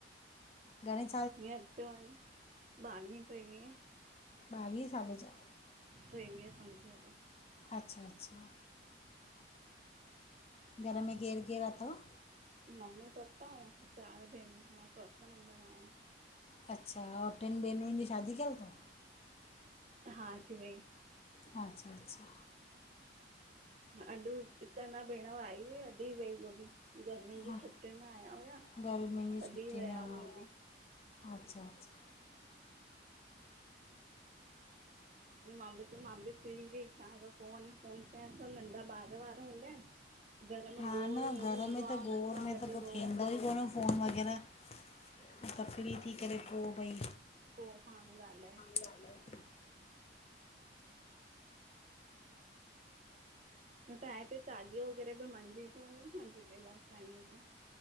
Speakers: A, on the left; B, on the right.
A: गणेश
B: म अत वी बाइव ट्रेवींय
A: ॿावीहे साले जा।
B: टेरवीह समझी हलो
A: अच्छा अच्छा। घर में केरु केरू अथव?
B: मम्मी पपा अउं चार भेणूं, मां चोथों नंबर आहियां।
A: अच्छा ऐं टिनि भेनरुनि जी शदी कयल अथव?
B: हा। थी वई
A: हा अच्छा अच्छा।
B: अॼु हिते अञा भेण आई हुई, अॼु ई वई उहा बि। गर्मियुनि जी
A: हा
B: छुटियुनि में आया हुया
A: गर्मियुनि जी
B: अॼ
A: छुटी
B: ही विया
A: में हा
B: उहे बि
A: अच्छा अच्छा।
B: मां बि चवां मां बि फ्री व्री थियां त पो वञी फोन कयां, छो नंढा ॿारू वारू हूंदा आहिनि। घर में
A: हा
B: गोड़
A: न
B: वोड़
A: घर
B: हूंदो
A: में
B: आहे
A: त
B: हुननि
A: गोड़
B: सां
A: में
B: गॾु
A: त पोइ
B: रहो
A: थींदो ई कोन फोन वग़ैरह त फ्री थी करे पोइ भई
B: पोइ <unintelligible> ॻाल्हाए
A: <unintelligible>
B: तव्हां हिते चालीहो वग़ैरह बि मंञिंदो हूंदो न झूलेलाल साईंअ जो?